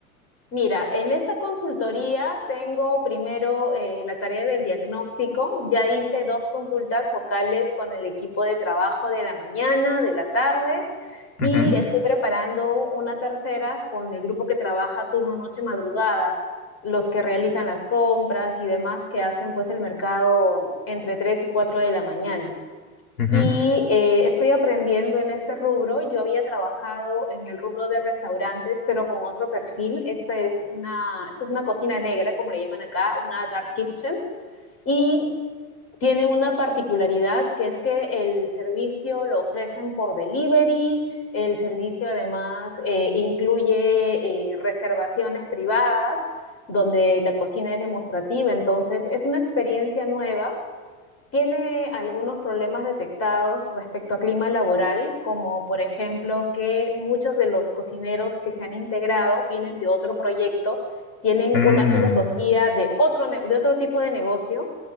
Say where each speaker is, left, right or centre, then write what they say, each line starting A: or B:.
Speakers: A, on the left; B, on the left.
A: Mira, en esta consultoría tengo primero eh, la tarea del diagnóstico. Ya hice dos consultas focales con el equipo de trabajo de la mañana, de la tarde,
B: Ujú,
A: y estoy preparando una tercera con el grupo que trabaja turno noche madrugada, los que realizan las compras y demás que hacen pues el mercado entre 3 y 4 de la mañana.
B: ujú,
A: Y eh, estoy aprendiendo en este rubro. Yo había trabajado en el rubro de restaurantes, pero con otro perfil. Esta es una, esta es una cocina negra, como le llaman acá, una dark kitchen. Y tiene una particularidad que es que el servicio lo ofrecen por delivery, el servicio además eh, incluye eh, reservaciones privadas donde la cocina es demostrativa, entonces es una experiencia nueva tiene algunos problemas detectados respecto a clima laboral, como por ejemplo que muchos de los cocineros que se han integrado vienen de otro proyecto, tienen
B: mm,
A: una filosofía de otro, ne- de otro tipo de negocio